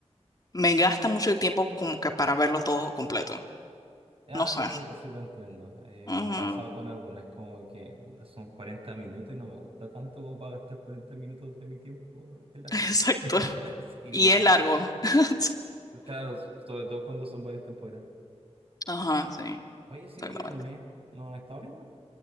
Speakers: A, on the left; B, on the right.
A: me gasta mucho el tiempo como que para verlo todo completo.
B: Ah,
A: No sé.
B: no sé si te entiendo. Eh,
A: Ujú,
B: me ha pasado con algunas, como que puta, son 40 minutos y no me gusta tanto como para gastar 40 minutos de mi tiempo en la serie.
A: <laughs> Exacto.
B: <laughs> Sí,
A: Y
B: te entiendo.
A: es largo. <laughs>
B: Claro, sobre todo cuando son varias temporadas.
A: Ajá, sí,
B: Oye, Cindy,
A: exactamente.
B: anime, ¿no has estado viendo?